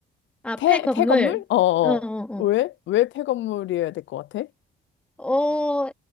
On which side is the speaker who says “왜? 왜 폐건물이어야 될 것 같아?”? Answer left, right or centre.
Left